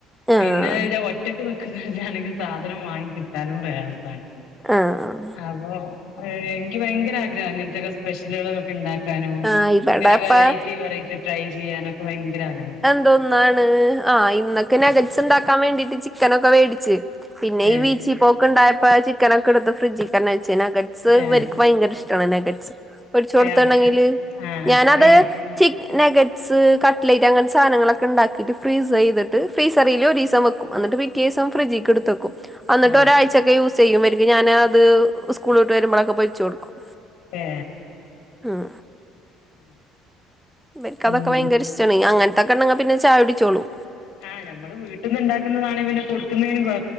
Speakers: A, in the centre; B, on the left.
A: ആഹ്
B: പിന്നെച്ച ഒറ്റ നിക്കുന്നവാണെങ്കിൽ സാധനം വാങ്ങി കിട്ടാനും പ്രയാസമാണ്
A: ആ ആഹ്
B: അപ്പൊ എനിക്ക് ഭയങ്കര ആഗ്രഹം അങ്ങനത്തെക്കെ സ്പെഷ്യലുകളൊക്കെ ഉണ്ടാക്കാനും ഇങ്ങനെ
A: ആഹ് ഇവിടെപ്പ
B: വെറൈറ്റി റ്റി വെറൈറ്റി ട്രൈ ചെയ്യാനൊക്കെ ഭയങ്കര ആഗ്രഹാ
A: ന്തൊ ഒന്നാണ് ആഹ് ഇന്നൊക്കെ നഗട്സ് ഉണ്ടാക്കാൻ വേണ്ടിട്ട് ചിക്കനൊക്കെ മേടിച്ച് പിന്നെ
B: ഏ
A: ഈ ബിച്ചി പോക്ക് ഉണ്ടായപ്പോ ചിക്കനൊക്കെടുത്ത് ഫ്രഡ്ജിൽ കെന്നെ വെച്ച്
B: ഏ
A: ഇവർക്ക് ഭയങ്കര ഇഷ്ടമാണ് നെഗറ്റ്സ് പൊരിച്ചു കൊടുത്തുണ്ടെങ്കില്
B: ഏ അതെ ആ
A: ഞാനത്
B: എ
A: ചി നെഗറ്റ്സ് കട്ട്ലറ്റ് അങ്ങനെ സാധനങ്ങളൊക്കെ ഉണ്ടാക്കിട്ട് ഫ്രീസർ ചെയ്തിട്ട് ഫ്രീസറിൽ ഒരു ദിവസം വെക്കും എന്നിട്ട് പിറ്റെ ദിവസം ഫ്രിഡ്ജിക്ക് എടുത് വെക്കും എന്നിട്ട്
B: ആ
A: ഒരാഴ്ചയക്കെ യൂസ് ചെയ്യും എനിക്ക് ഞാന് അത് സ്കൂളിട്ട് വരുമ്പോഴൊക്കെ പൊരിക്കും വച്ച് കൊടുക്കും
B: ഏ
A: ഉം
B: <inaudible>
A: എനിക്ക്
B: പിന്നെ
A: അതൊക്കെയങ്കര ഇഷ്ടാണ് അങ്ങനത്തൊക്കെണ്ടെങ്കിൽ പിന്നെ ചായ കുടിച്ചോളും
B: ആഹ് ഞമ്മള് വീട്ടിൽന്ന് ഉണ്ടാക്കുന്നതാനെങ്കിൽ പിന്നെ കൊടുക്കുന്നതിനും കുഴ